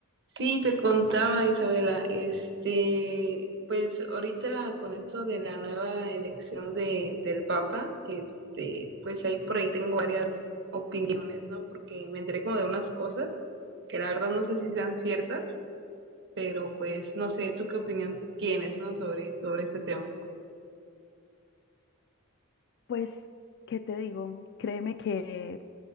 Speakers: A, on the right; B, on the left.
A: Sí, te contaba Isabela, este, pues ahorita con esto de la nueva elección de, del Papa, este, pues ahí por ahí tengo varias opiniones, ¿no? Porque me enteré como de unas cosas que la verdad no sé si sean ciertas, pero pues no sé, ¿tú qué opinión tienes, ¿no? Sobre, sobre este tema.
B: Pues, ¿qué te digo? Créeme que